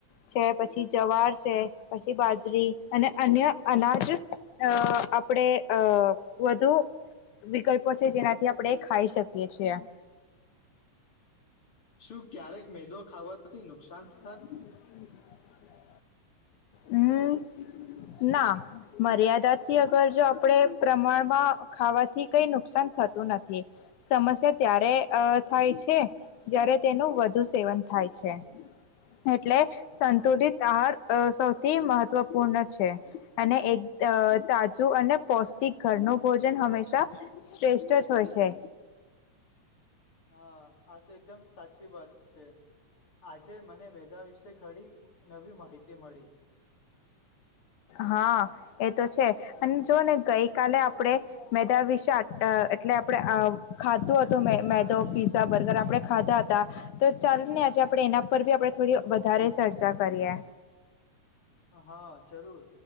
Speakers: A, on the left; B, on the left.
A: છે, પછી જવાર છે, પછી એ બાજરી અને અન્ય અનાજ અ આપણે અ વધુ વિકલ્પો છે જેનાથી આપણે ખાઈ શકીએ છીએ.
B: શું ક્યારેક મેદો ખાવાથી નુકસાન થ
A: <unintelligible> હમમ ના મર્યાદા થી અગર જો આપણેે પ્રમાણમાં ખાવાથી કઈ નુકસાન થ તો નથી સમસ્યા ત્યારે અ થાય છે જય્યારે તેનું વધુ સેવન થાય છે એટલે સંતુલિત
B: હા
A: આહાર અ સૌથી મહત્વપૂર્ણ છે એક ત અને તાજું અને પૌષ્ટિક ઘરનું ભોજન હંમેશા શ્રેષ્ઠ જ હોય છે
B: <inaudible> હા આ તો એકદમ સાચી વાત છે આજે મને મેદા વિશે ઘડી નવી માહિતી મળી
A: હા એ તો છે અને જો ને ગઈ કાલે આપણેે મેદા વિશે આ એટલે આપણે આ ખાધું હતું મે મેદો પિઝા બર્ગર આપડણે ખાધા હતા તો ચાલ ને આજે આપણે એના પર ભી આપણે થોડી વધારે ચર્ચા કરીએ
B: <inaudible> હા જરૂર